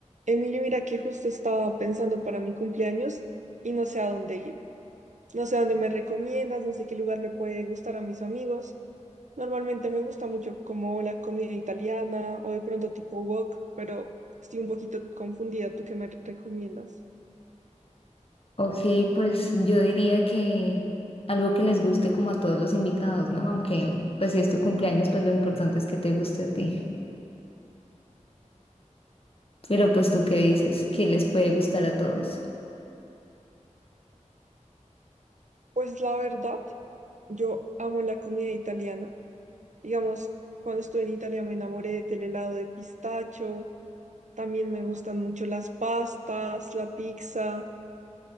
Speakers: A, on the right; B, on the left.
A: Emilio, mira que justo estaba pensando para mi cumpleaños y no sé a dónde ir. No sé a dónde me recomiendas, no sé qué lugar le puede gustar a mis amigos. Normalmente me gusta mucho como la comida italiana o de pronto tipo wok, pero estoy un poquito confundida. ¿Tú qué me recomiendas?
B: Ok, pues yo diría que algo que les guste como a todos los invitados, ¿no? Aunque pues si es tu cumpleaños, pues lo importante es que te guste a ti. Pero pues tú qué dices, ¿qué les puede gustar a todos?
A: Pues la verdad, yo amo la comida italiana. Digamos, cuando estuve en Italia me enamoré del helado de pistacho. También me gustan mucho las pastas, la pizza.